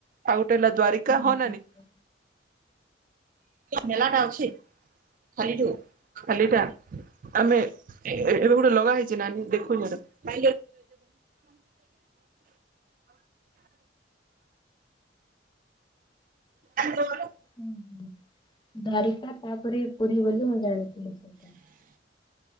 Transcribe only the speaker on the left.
ରାମେଶ୍ୱର।
ହୁଁ ହୁଁ ଦ୍ବାରିକା ତାପରେ ପୁରୀ ବୋଲି ମୁଁ ଜାଣିଥିଲି କିନ୍ତୁ।